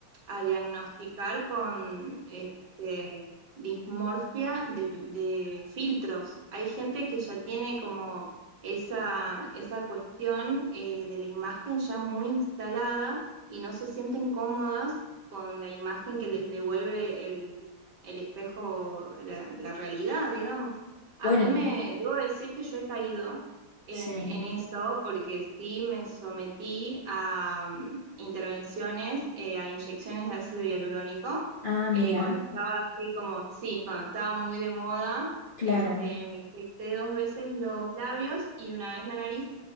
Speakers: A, on the right (about 55°); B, on the left (about 70°).
A: a diagnosticar con este, dismorfia de, de filtros. Hay gente que ya tiene como esa, esa cuestión eh, de la imagen ya muy instalada y no se sienten cómodas con la imagen que les devuelve el, el espejo, la la realidad, digamos. A
B: Bueno,
A: mí me, debo decir que yo he caído en,
B: sí.
A: en eso porque sí me sometí a mm, intervenciones, eh, a inyecciones de ácido hialurónico,
B: Ah, mira,
A: eh, cuando estaba así como, sí, cuando estaba muy de moda,
B: claro.
A: este, me infecté dos veces los labios y una vez la nariz